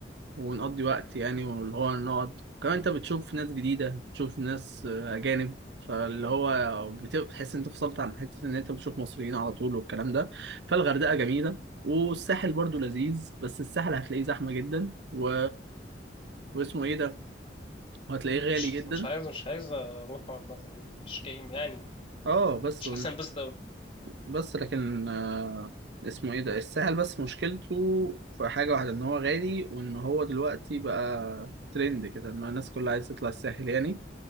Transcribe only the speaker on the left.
مش
مش عايز مش عايز اروح عامه مش جاي يعني
مش حاسس انبسط قوي